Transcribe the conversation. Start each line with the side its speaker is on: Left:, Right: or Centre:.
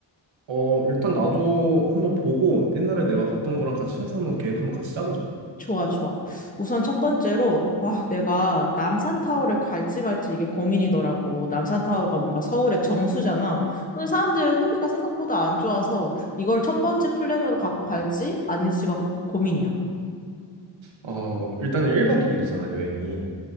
Right: 어, 일단 나도 한번 보고 옛날에 내가 갔던 거랑 같이 해서 한번 계획 한번 같이 짜보자.
Left: 좋아, 좋아. 우선 첫 번째로, 아, 내가 남산타워를 갈지 말지 이게 고민이더라고. 남산타워가 뭔가 서울의 정수잖아. 근데 사람들 후기가 생각보다 안 좋아서 이걸 첫 번째 플랜으로 갖고 갈지 아닐지가 고민이야.
Right: 어, 일단은 1박 2일이잖아, 여행이.